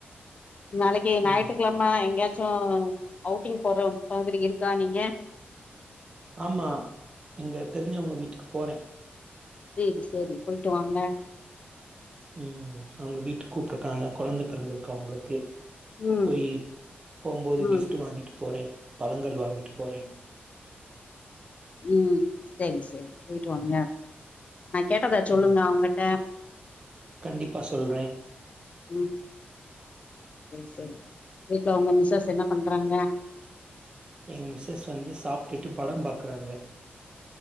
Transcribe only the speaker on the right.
ம்
ஆமா எங்க தெரிஞ்சவுங்க வீட்டுக்கு போறே
ம் அவங்க வீட்டுக்கு கூப்டுருக்காங்க கொழந்த பெறந்திருக்கு அவங்களுக்கு
போய் போம்போது
கிஃப்ட் வாங்கிட்டு போறே பழங்கள் வாங்கிட்டு போறே
ம்
கண்டிப்பா சொல்றே
எங் மிஸ்சஸ் வந்து சாப்டுட்டு படம் பாக்குறாங்க